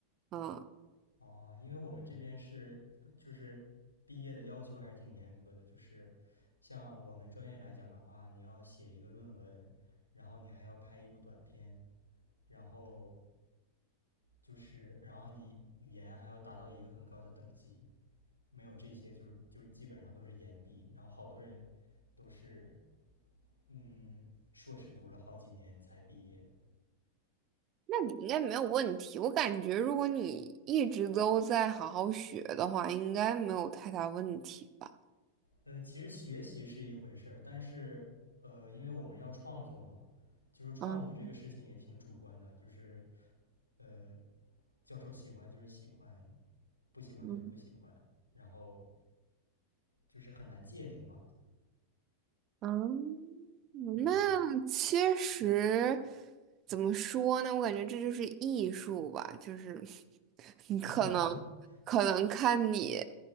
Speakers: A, on the right (about 35°); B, on the left (about 80°).
A: 啊。
B: 啊？因为我们这边是呃就是毕业的要求还是挺严格的，就是像我们专业来讲的话，你要写一个论文，然后你还要拍一部短片，然后就是，然后你语言还要达到一个很高的等级，没有这些就是就是基本上都是延毕，然后好多人都是嗯硕士读了好几年才毕业。
A: 那你应该没有问题。我感觉如果你一直都在好好学的话，应该没有太大问题吧？
B: 呃，其实学习是一回事儿，但是呃，因为我们要创作嘛，就是创作这个事情也挺主观的，
A: 啊，
B: 就是呃，教授喜欢就是喜欢，不喜欢就是不喜欢，
A: 嗯。
B: 然后就是很难界定吧，
A: 嗯，
B: 嗯。
A: 那其实怎么说呢？我感觉这就是艺术吧，就是 <laughs> 你可能
B: <laughs>
A: 可能看你